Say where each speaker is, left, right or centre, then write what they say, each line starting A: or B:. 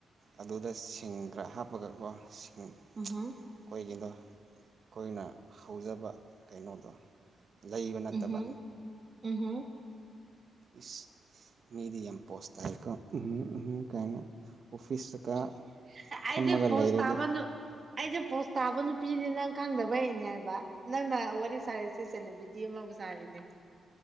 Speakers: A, on the right (about 45°); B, on the right (about 30°).
A: ꯑꯗꯨꯗ ꯁꯤꯡ ꯈꯔ ꯍꯥꯞꯄꯒꯀꯣ ꯁꯤꯡ
B: ꯎꯝꯍꯝ
A: ꯑꯩꯈꯣꯏꯒꯤꯗꯣ ꯑꯩꯈꯣꯏꯅ ꯍꯧꯖꯕ ꯀꯩꯅꯣꯗꯣ ꯂꯩꯕ ꯅꯠꯇꯕ
B: ꯎꯝꯍꯝ ꯎꯝꯍꯝ
A: ꯏꯁ ꯃꯤꯗꯤ ꯌꯥꯝ ꯄꯣꯁ ꯇꯥꯏꯀꯣ ꯎꯝꯍꯨꯝ ꯎꯝꯍꯨꯝ ꯀꯥꯏꯅ ꯑꯣꯐꯤꯁꯇꯀ
B: ꯑꯩꯗꯤ
A: ꯐꯝꯃꯒ
B: ꯄꯣꯁ
A: ꯂꯩꯔꯗꯤ
B: ꯇꯥꯕ ꯅꯨ ꯑꯩꯗꯤ ꯄꯣꯁ ꯇꯥꯕ ꯅꯨꯄꯤꯅꯤ ꯅꯪ ꯈꯪꯗꯕꯩꯅꯦ ꯍꯥꯏꯕ ꯅꯪꯅ ꯋꯥꯔꯤ ꯁꯥꯔꯤꯁꯦ ꯁꯦꯂꯤꯕ꯭ꯔꯤꯇꯤ ꯑꯃꯕꯨ ꯁꯥꯔꯤꯅꯦ